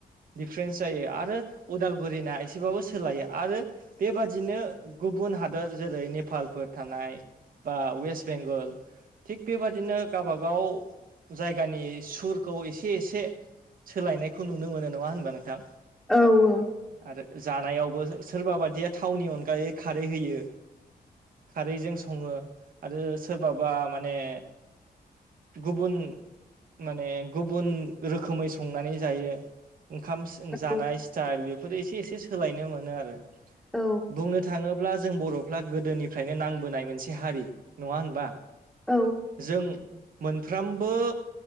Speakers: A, on the right (about 60°); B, in the centre.
A: दिडफारेन्स जायो आरो उदालगुरिना एसेबाबो सोलायो आरो बेबादिनो गुबुन हादर जेरै नेपालफोर थानाय बा वेस्ट बेंगल थिग बेबादिनो गाबागाव जायगानि सुरखौ एसे एसे सोलायनायखौ नुनो मोनो नङा होनबा नोंथां
B: औ औ
A: आरो जानायावबो सोरबा बादिया थावनि अनगायै खारै होयो खारैजों सङो आरो सोरबाबा माने गुबुन माने गुबुन रोखोमै संनानै जायो ओंखाम जानाय
B: औ
A: स्टाइल बेफोर एसे एसे सोलायनो मोनो आरो
B: औ
A: बुंनो थाङोब्ला जों बर' फ्रा गोदोनिफ्रायनो नांबोनाय मोनसे हारि नङा होनबा
B: औ
A: जों मोनफ्रामबो